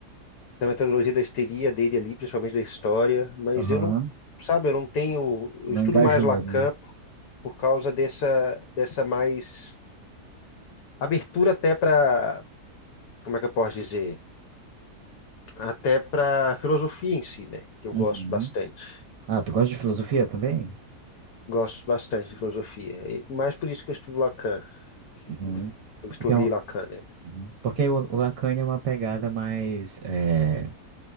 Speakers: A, on the left; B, on the right.
A: da metodologia da histeria dele ali, principalmente da história, mas
B: Aham.
A: eu não, sabe, eu não tenho, eu
B: Não
A: estudo
B: engajou,
A: mais Lacan
B: né?
A: por por causa dessa, dessa mais abertura até para, como é que eu posso dizer? Até para filosofia em si, né? Que eu
B: Uhum.
A: gosto bastante.
B: Ah, tu gosta de filosofia também?
A: Gosto bastante de filosofia. E mais por isso que eu estudo Lacan. Que
B: Uhum. É
A: eu estudei
B: Porque é um
A: Lacan, né?
B: Uhum. Porque o, o Lacan é uma pegada mais. eh,